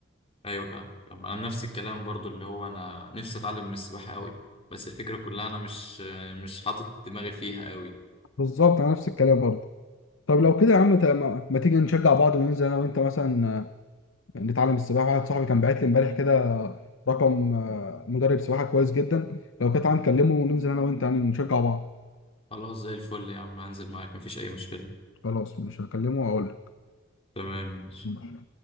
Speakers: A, on the left (about 30°); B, on the left (about 75°).
A: ايوه فاهم فاهم. انا نفس الكلام برضو اللي هو انا نفسي اتعلم من السباحه قوي بس الفكره كلها انا مش مش حاطط دماغي فيها قوي
B: بالظبط انا نفس الكلام برضه طب لو كده يا عم ت- ما ما تيجي نشجع بعض وننزل انا وانت مثلا آه، نتعلم السباحه واحد صاحبي كان باعت لي امبارح كده رقم آه، مدرب سباحه كويس جدا لو كده تعالى نكلمه وننزل انا وانت يعني نشجع بعض
A: خلاص زي الفل يا عم هنزل معاك مفيش اي مشكله
B: خلاص مش هكلمه واقول
A: تمام
B: لك